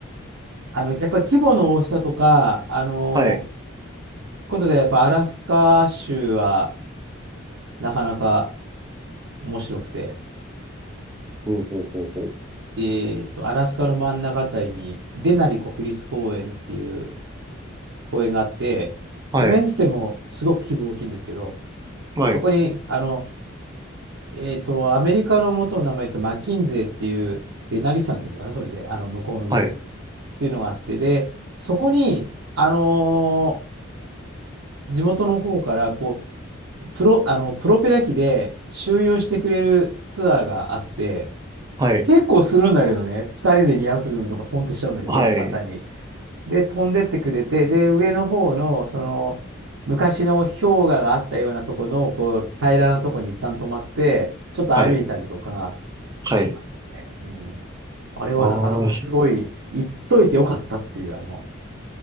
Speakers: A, on the right (about 70°); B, on the right (about 20°).
A: あの、やっぱり規模の大きさとか、あの、
B: はい。
A: ことで、やっぱアラスカ州はなかなか面白くて。
B: ほうほうほうほう。
A: で、えっと、アラスカの真ん中あたりに、デナリ国立公園っていう公園があって、
B: はい。
A: 公園っつってもすごく規模大きいんですけど、
B: はい。
A: で、そこに、あの、えっと、アメリカの元の名前とマッキンゼーっていう、デナリ山っていうのかな、それで、あの、向こうの現地っ
B: はい。
A: ていうのがあって、で、そこに、あのー地元の方から、こう、プロ、あの、プロペラ機で周遊してくれるツアーがあって、
B: はい。
A: 結構するんだけどね。二人で200ドルとかポンってしちゃうんだけど、
B: はい。
A: 簡単に。で、飛んでってくれて、で、上の方の、その、昔の氷河があったようなとこの、こう、平らなとこに一旦止まって、ちょっと歩いたりとかしましたね。
B: はい。はい。
A: うん。あれはなかなかすごい、
B: ああ、ひ
A: 行っといてよかったっていう、あの、